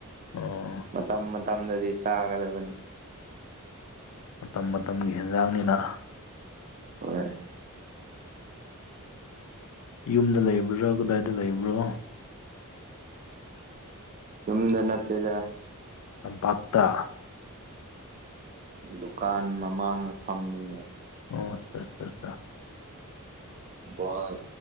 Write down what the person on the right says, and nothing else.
ꯃꯇꯝ ꯃꯇꯝꯗꯗꯤ ꯆꯥꯒꯗꯕꯅꯤ
ꯍꯣꯏ
ꯇꯗ ꯅꯠꯇꯗ
ꯗꯨꯀꯥꯟ ꯃꯃꯥꯡꯗ ꯐꯝꯃꯤꯕ
ꯕꯣꯜ